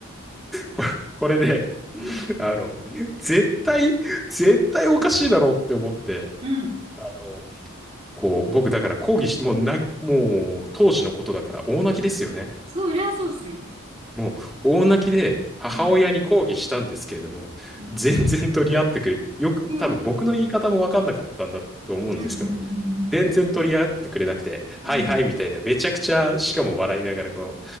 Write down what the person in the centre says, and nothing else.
これこれで、
あの、絶対、絶対おかしいだろうって思って、
あの、こう、僕だから抗議し、もうな、もう当時のことだから大泣きですよね。
もう大泣きで母親に抗議したんですけれども、
全然取り合ってくれ、よく、
多分僕の言い方もわかんなかったんだと思うんですけども、
全然取り合ってくれなくて、はいはいみたいな、
めちゃくちゃ、しかも笑いながらこ